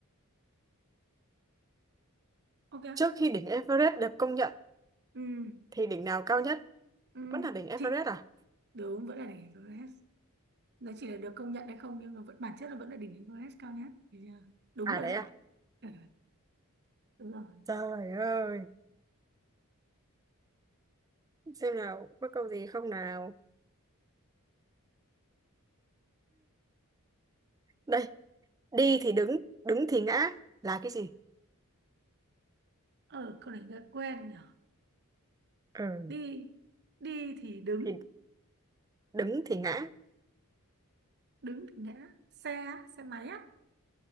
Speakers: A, on the right (about 50°); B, on the right (about 15°).
A: Ok.
B: Trước khi đỉnh Everest được công nhận,
A: Ừ.
B: thì đỉnh nào cao nhất?
A: Ừ.
B: Vẫn là đỉnh Everest
A: Chị
B: à?
A: đúng vẫn là đỉnh Everest. Nó chỉ là được công nhận hay không nhưng mà vẫn bản chất là vẫn là đỉnh Everest cao nhất. Được chưa? Đúng
B: À
A: rồi
B: đấy
A: đấy.
B: à?
A: Ừ, đúng rồi.
B: Trời ơi, xem nào, có câu gì không nào? Đây, đi thì đứng, đứng thì ngã là cái gì?
A: Ờ câu này nghe quen nhỉ.
B: Ừ,
A: Đi đi thì đứng,
B: thì đứng thì ngã.
A: đứng thì ngã, xe á, xe máy á.